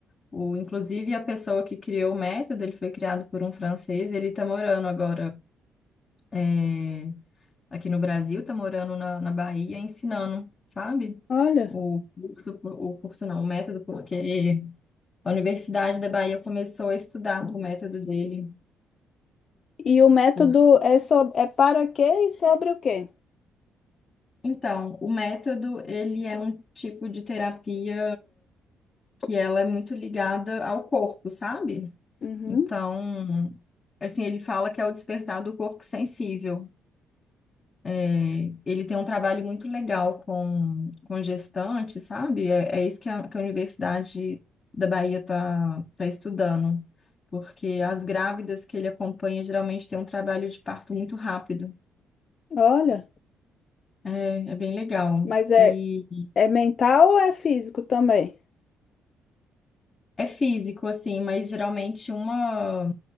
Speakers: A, on the left (about 35°); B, on the left (about 50°).
A: O, inclusive, a pessoa que criou o método, ele foi criado por um francês, ele tá morando agora é, aqui no Brasil, tá morando na, na Bahia, ensinando, sabe?
B: olha.
A: O curso, o curso não, o método, porque a Universidade da Bahia começou a estudar o método dele.
B: E o método
A: Por-
B: é, so, é para quê e sobre o quê?
A: Então, o método, ele é um tipo de terapia que ela é muito ligada ao corpo, sabe?
B: Uhum,
A: Então, assim, ele fala que é o despertar do corpo sensível. É, Ele tem um trabalho muito legal com, com gestante, sabe? É, é isso que a, que a Universidade da Bahia está tá tá estudando, porque as grávidas que ele acompanha geralmente têm um trabalho de parto muito rápido.
B: olha.
A: É, é bem legal.
B: Mas é,
A: E
B: é mental ou é físico também?
A: É físico, assim, mas geralmente uma,